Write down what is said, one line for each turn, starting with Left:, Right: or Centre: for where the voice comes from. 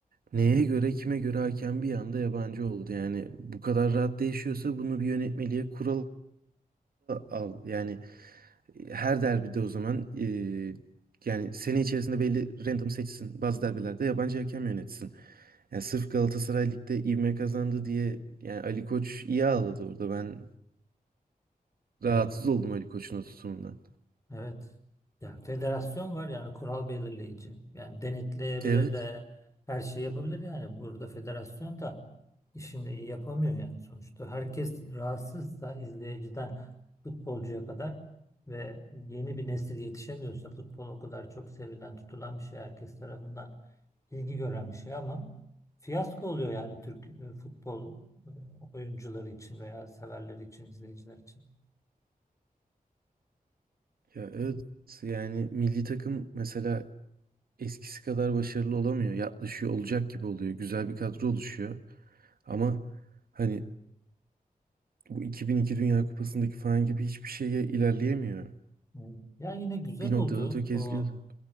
Right: neye göre kime göre hakem bir anda yabancı oldu. Yani bu kadar rahat değişiyorsa bunu bir yönetmeliğe kurala al. Yani e, her derbide o zaman e, yani sene içerisinde belli random seçsin. Bazı derbilerde yabancı hakem yönetsin. Yani sırf Galatasaray Lig'de ivme kazandı diye yani Ali Koç iyi ağladı orada. Ben
Left: Evet.
Right: rahatsız oldum Ali Koç'un o tutumundan.
Left: Evet. Ya federasyon var yani kural belirleyici. Yani denetleyebilir
Right: Evet.
Left: de her şeyi yapabilir yani. Burada federasyon da işini iyi yapamıyor yani sonuçta. Herkes rahatsızsa izleyiciden futbolcuya kadar ve yeni bir nesil yetişemiyorsa futbol o kadar çok sevilen, tutulan bir şey herkes tarafından ilgi gören bir şey ama fiyasko oluyor yani Türk e, futbol e, oyuncuları için veya severleri için, izleyiciler için.
Right: Ya evet yani milli takım mesela eskisi kadar başarılı olamıyor. Yaklaşıyor olacak gibi oluyor. Güzel bir kadro oluşuyor. Ama hani bu 2002 Dünya Kupası'ndaki falan gibi hiçbir şeye ilerleyemiyor.
Left: Evet. Ya yine güzel
Right: Bir
Left: oldu.
Right: noktada tökezliyordu.
Left: O